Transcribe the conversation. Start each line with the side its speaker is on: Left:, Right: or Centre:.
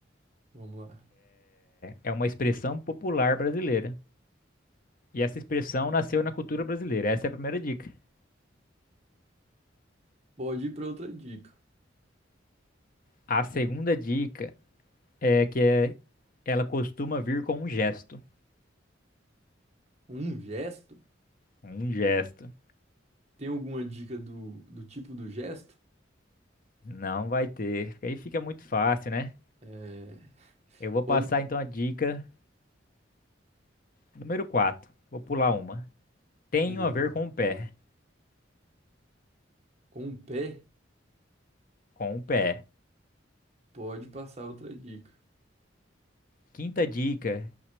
Right: vamos lá.
Left: É uma expressão popular brasileira. E essa expressão nasceu na cultura brasileira. Essa é a primeira dica.
Right: Pode ir para outra dica.
Left: A segunda dica é que é, ela costuma vir com um gesto.
Right: Um gesto?
Left: Um gesto.
Right: Tem alguma dica do, do tipo do gesto?
Left: Não vai ter. Porque Aí fica muito fácil, né?
Right: É,
Left: Eu vou passar
Right: pode.
Left: então a dica número 4. Vou pular uma. Tenho
Right: Beleza.
Left: a ver com o pé.
Right: Com o pé,
Left: Com o pé.
Right: pode passar outra dica.
Left: Quinta dica.